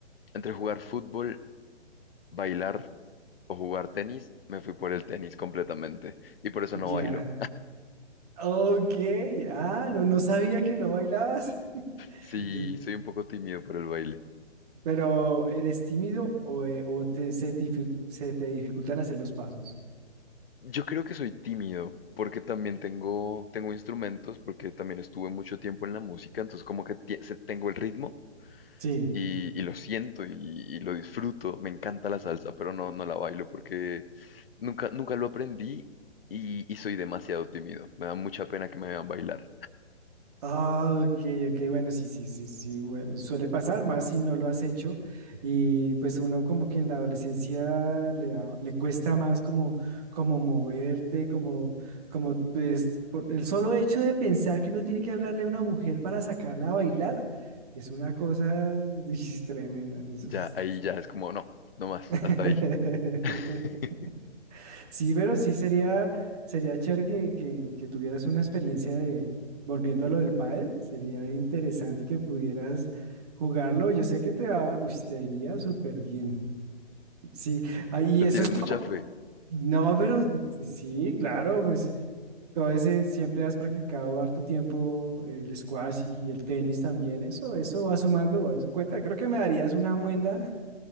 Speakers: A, on the left (about 55°); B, on the right (about 35°).
A: entre jugar fútbol, bailar o jugar tenis, me fui por el tenis completamente y por eso no
B: Ya.
A: bailo.
B: Ok. Ah, no, no sabía que no bailabas. <laughs>
A: Sí, soy un poco tímido por el baile.
B: Pero, ¿eres tímido o, eh, o te, se, dificu- se te dificultan hacer los pasos?
A: Yo creo que soy tímido porque también tengo, tengo instrumentos, porque también estuve mucho tiempo en la música, entonces como que tie- se- tengo el ritmo
B: Sí,
A: y, y lo siento y, y lo disfruto. Me encanta la salsa, pero no, no la bailo porque nunca, nunca lo aprendí y, y soy demasiado tímido. Me da mucha pena que me vean bailar.
B: Ah, ok, ok, bueno, sí, sí, sí, sí, bueno, suele pasar más si no lo has hecho y pues uno como que en la adolescencia le da, le cuesta más como, como moverte, como, como pues por el solo hecho de pensar que uno tiene que hablarle a una mujer para sacarla a bailar es una cosa <laughs> uy, es tremenda, eso
A: Ya,
B: es...
A: ahí
B: es-
A: ya es como, no, no más,
B: <laughs>
A: hasta ahí. <laughs>
B: Sí, pero sí sería, sería chévere que, que, que tuvieras una experiencia de, volviendo a lo del pádel, sería interesante que pudieras jugarlo. Yo sé que te va, uy, te iría súper bien. Sí, ah, y
A: No
B: eso
A: tienes
B: es
A: mucha
B: todo.
A: fe.
B: No, pero sí, claro, pues todo ese siempre has practicado harto tiempo el squash y, el tenis también. Eso, eso va sumando, eso cuenta. Creo que me darías una muenda